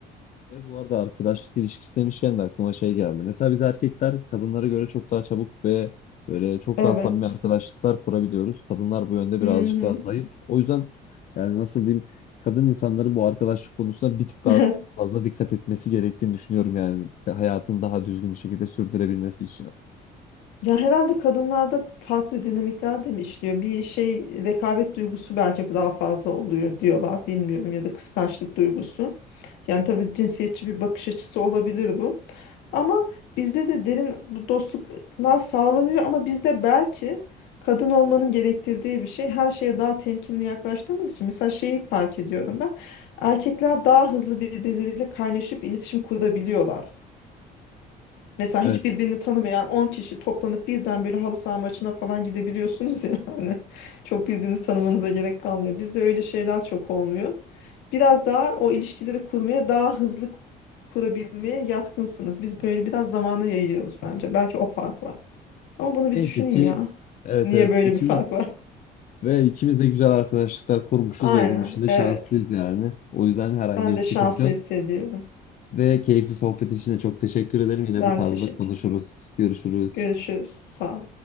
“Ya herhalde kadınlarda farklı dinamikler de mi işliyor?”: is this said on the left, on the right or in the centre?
Left